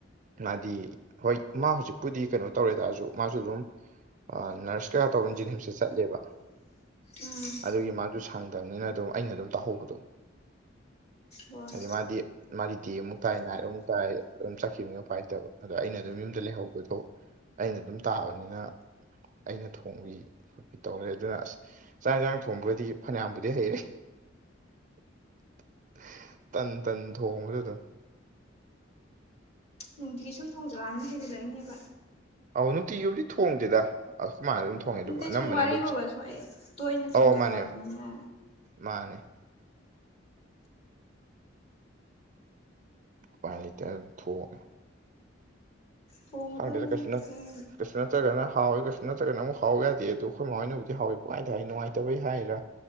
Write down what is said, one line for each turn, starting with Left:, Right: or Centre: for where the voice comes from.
Right: ꯃꯥꯗꯤ ꯍꯣꯏ ꯃꯥ ꯍꯧꯖꯤꯛꯄꯨꯗꯤ ꯀꯩꯅꯣ ꯇꯧꯔꯦꯗ ꯑꯩꯖꯨ ꯃꯥꯁꯨ ꯑꯗꯨꯝ ꯑ ꯅꯔꯁ ꯈꯔ ꯇꯧꯕꯩ ꯖꯦꯅꯤꯝꯁꯇ ꯆꯠꯂꯦꯕ
Left: ꯎꯝ
Right: ꯑꯗꯨꯒꯤ ꯃꯥꯁꯨ ꯁꯥꯡꯗꯝꯅꯤꯅ ꯑꯗꯨꯝ ꯑꯩꯅ ꯑꯗꯨꯝ ꯇꯧꯍꯧꯕꯗꯣ
Left: ꯍꯣꯏ
Right: ꯍꯥꯏꯗꯤ ꯃꯥꯗꯤ ꯃꯥꯒꯤꯗꯤ ꯑꯃꯨꯛ ꯇꯥꯏ ꯅꯥꯏꯠ ꯑꯗꯨꯝ ꯇꯥꯏ ꯑꯗꯨꯝ ꯆꯠꯈꯤꯕꯅꯤ ꯎꯄꯥꯏ ꯂꯩꯇꯕ ꯑꯗꯣ ꯑꯩꯅ ꯑꯗꯨꯝ ꯌꯨꯝꯗ ꯂꯩꯍꯧꯕꯗꯣ ꯑꯩꯅ ꯑꯗꯨꯝ ꯇꯥꯕꯅꯤꯅ ꯑꯩꯅ ꯊꯣꯡꯕꯤ ꯈꯣꯠꯄꯤ ꯇꯧꯔꯦ ꯑꯗꯨꯅ ꯑꯁ ꯆꯥꯛ ꯌꯦꯟꯁꯥꯡ ꯊꯣꯡꯕꯒꯗꯤ ꯐꯅꯌꯥꯝꯕꯨꯗꯤ ꯍꯩꯔꯦ <inaudible> ꯇꯟ ꯇꯟ ꯊꯣꯡꯕꯁꯨ ꯑꯗꯨꯝ
Left: ꯅꯨꯡꯇꯤꯒꯤ ꯁꯨꯝ ꯊꯣꯡꯖꯜꯂꯛꯑꯝꯅꯤꯅ ꯍꯩꯖꯤꯜꯂꯛꯏꯅꯦꯕ
Right: ꯑꯧ ꯅꯨꯡꯇꯤꯒꯤꯕꯨꯗꯤ ꯊꯣꯡꯗꯦꯗ ꯑ ꯈꯨꯃꯅ ꯑꯗꯨꯝ ꯊꯣꯡꯉꯦ
Left: ꯅꯠꯇꯦ
Right: ꯑꯗꯨꯝ ꯑꯅꯝꯕꯅ
Left: ꯁꯨꯝ ꯋꯥꯔꯤꯕꯣꯕ
Right: ꯑꯗꯨꯝ
Left: ꯁꯨꯝ ꯑꯩ ꯇꯣꯏꯅ ꯊꯣꯡꯖꯜꯂꯛꯑꯕꯅꯤꯅ
Right: ꯑꯧ ꯃꯥꯅꯦ ꯃꯥꯅꯦ <inaudible> ꯎꯄꯥꯏ ꯂꯩꯇꯦ ꯑꯗꯨꯝ ꯊꯣꯡꯉꯦ
Left: ꯊꯣꯡꯒꯗꯕꯅꯦ
Right: ꯈꯪꯗꯦꯗ ꯀꯩꯁꯨ ꯅ
Left: ꯍꯌꯦꯡ
Right: ꯀꯩꯁꯨ ꯅꯠꯇ꯭ꯔꯒꯅ ꯍꯥꯎꯋꯦ ꯀꯩꯁꯨ ꯅꯠꯇ꯭ꯔꯒꯅ ꯑꯃꯨꯛ ꯍꯥꯎ ꯌꯥꯗꯦ ꯑꯗꯨ ꯑꯩꯈꯣꯏ ꯃꯥ ꯍꯣꯏꯅꯕꯨꯗꯤ ꯍꯥꯎꯋꯦ ꯄꯪꯍꯥꯏꯗ ꯍꯥꯏ ꯅꯨꯡꯉꯥꯏꯇꯕꯩ ꯍꯥꯏꯔ